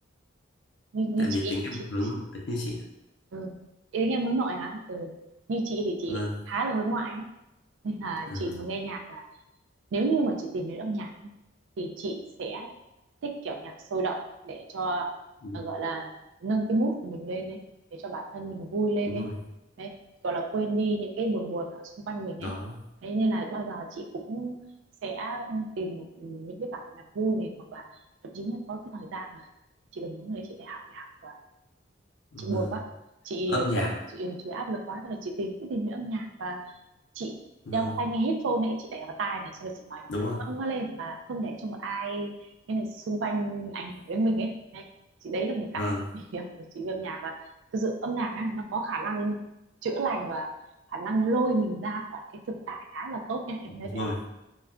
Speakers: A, on the right; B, on the left.
A: như, như
B: tại vì
A: chị
B: tính em
A: chị,
B: hướng
A: chị.
B: nội như chị ạ.
A: Ừ. ý đến em hướng nội hả ừ. như chị thì chị
B: vâng
A: khá là hướng ngoại ấy. nên là
B: ờ,
A: chị mà nghe nhạc là nếu như mà chị tìm đến âm nhạc ấy, thì chị sẽ thích kiểu nhạc sôi động để cho
B: đúng
A: ờ, gọi là nâng cái mood của mình lên ấy để cho bản thân mình vui lên
B: đúng
A: ấy
B: rồi
A: đấy gọi là quên đi những cái buồn buồn ở xung quanh mình
B: đó
A: ấy thế nên là bao giờ chị cũng sẽ tìm một ừ, những cái bản nhạc vui này hoặc là thậm chí là có cái thời gian mà chị còn muốn đấy chị để học đại học và
B: vâng
A: chị buồn quá chị
B: âm nhạc
A: kiểu chị, chị áp lực quá thế là chị tìm cứ tìm những âm nhạc và chị
B: vâng
A: đeo cái tai nghe headphone này chị để vào tai này xong rồi chị nói nhạc
B: đúng
A: thật
B: rồi
A: to lên và không để cho một ai cái này xung quanh ảnh hưởng đến mình ấy đấy. chị đấy là một cái
B: vâng
A: <laughs> việc của chị về âm nhạc và thực sự âm nhạc á, nó có khả năng chữa lành và khả năng lôi mình ra khỏi cái thực tại khá là tốt nha em
B: đúng
A: thấy vậy
B: rồi
A: không